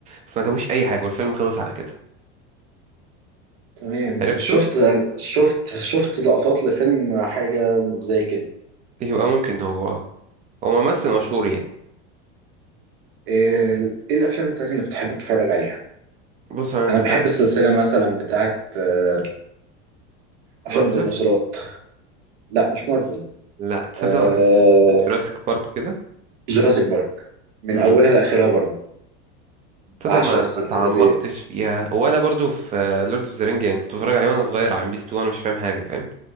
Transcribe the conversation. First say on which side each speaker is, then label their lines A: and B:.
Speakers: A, on the right (about 20°); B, on the right (about 65°).
A: بس ما جابوش اي حاجه والفيلم خلص على كده
B: تمام
A: عرفته
B: شفت شفت شفت لقطات لفيلم حاجة زي كده
A: يبقى ممكن هو هو ممثل مشهور يعني
B: ايه ال- إيه الافلام التانية اللي بتحب تتفرج عليها
A: بص انا كنت
B: انا بحب
A: ع-
B: السلسلة مثلا بتاعت آه،
A: مارفل
B: افلام الديناصورات لا مش مارفل
A: لا تصدق
B: آه،
A: جوراسيك بارك وكده
B: جوراسيك بارك من
A: امم
B: اولها لاخرها برضه
A: تصدق
B: بعشق
A: ما
B: السلسلة
A: ما تعمقتش
B: ديت
A: فيها ولا برضو في لورد اوف ذا رينج يعني كنت بتفرج عليه وانا صغير على ام بي 2 وانا مش فاهم حاجه فاهم